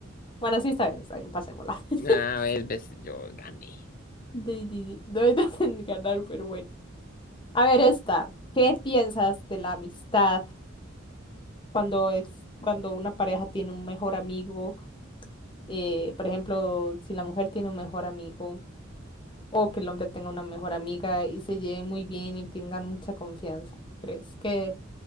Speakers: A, on the left (about 25°); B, on the left (about 45°).
A: bueno, sí, está bien, está bien, pasémosla. <laughs>
B: Ah, ves, ves, yo gané.
A: Di, di, di, No me hacen <laughs> ganar, pero bueno. A ver, esta, ¿qué piensas de la amistad cuando es, cuando una pareja tiene un mejor amigo? Eh, por ejemplo, si la mujer tiene un mejor amigo o que el hombre tenga una mejor amiga y se lleven muy bien y tengan mucha confianza. ¿Crees que